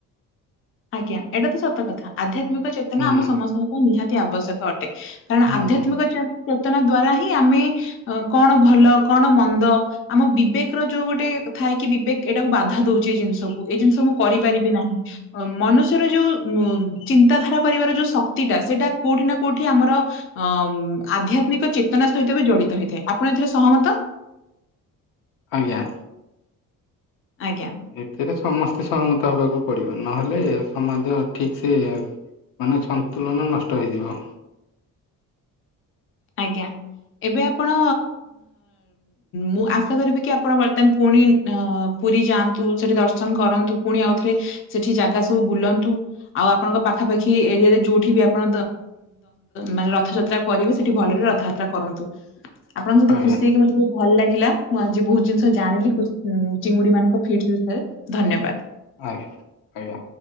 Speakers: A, on the left (about 40°); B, on the left (about 80°).
A: ଆଜ୍ଞା ଏଇଟା ତ ସତ କଥା ଆଧ୍ୟାତ୍ମିକ ଚେତନା
B: ହୁଁ
A: ଆମ ସମସ୍ତଙ୍କ ପାଇଁ ନିହାତି ଆବଶ୍ୟକ ଅଟେ। କାରଣ
B: ହୁଁ
A: ଆଧ୍ୟାତ୍ମିକ ଚେ-ଚେତନା ଦ୍ଵାରା ହିଁ ଆମେ ଅ କଣ ଭଲ କଣ ମନ୍ଦ ଆମ ବିବେକ ର ଯୋଉ ଗୋଟେ ଥାଏ କି ବିବେକ ଏଇଟାକୁ ବାଧା ଦଉଚି ଏଇ ଜିନିଷକୁ ଏଇ ଜିନିଷ ମୁଁ କରିପାରିବି ନାହିଁ। ଅ ମନୁଷ୍ୟର ଯୋଉ ଉଁ ଚିନ୍ତାଧାରା କରିବାର ଯୋଉ ଶକ୍ତିଟା ସେଇଟା କୋଉଠି ନା କୋଉଠି ଆମର ଅ ଆଧ୍ୟାତ୍ମିକ ଚେତନା ସହିତ ବି ଜଡିତ ହେଇଥାଏ ଆପଣ ଏଥିରେ ସହମତ।
B: ଆଜ୍ଞା
A: ଆଜ୍ଞା
B: ଏଥିରେ ସମସ୍ତେ ସହମତ ହବାକୁ ପଡିବ ନହେଲେ ସମାଜ ଠିକ ସେ ମାନେ ସନ୍ତୁଳନ ନଷ୍ଟ ହେଇଯିବ।
A: ଆଜ୍ଞା ଏବେ ଆପଣ ମୁଁ ଆଶା କରିବି କି ଆପଣ ବର୍ତ୍ତମାନ ପୁଣି ଅ ପୁରୀ ଯାଆନ୍ତୁ ସେଠି ଦର୍ଶନ କରନ୍ତୁ ପୁଣି ଆଉଥରେ ସେଠି ଜାଗା ସବୁ ବୁଲନ୍ତୁ। ଆଉ ଆପଣଙ୍କ ପାଖାପାଖି ଏରିଆରେ ଯୋଉଠି ବି ଆପଣ ମାନେ ରଥଯାତ୍ରା କରିବେ। ସେଠି ଭଲରେ ରଥଯାତ୍ରା କରନ୍ତୁ ଆପଣଙ୍କ ସହିତ
B: ଆଜ୍ଞା
A: ଖୁସି ହେଇକି ମତେହୁ ଭଲ ଲାଗିଲା ମୁଁ ଆଜି ବହୁତ ଜିନିଷ ଜାଣିଲି ଚିଙ୍ଗୁଡି ମାନଙ୍କ ଫିଟ ବିଷୟରେ ଧନ୍ୟବାଦ।
B: ଆଜ୍ଞା ଆଜ୍ଞା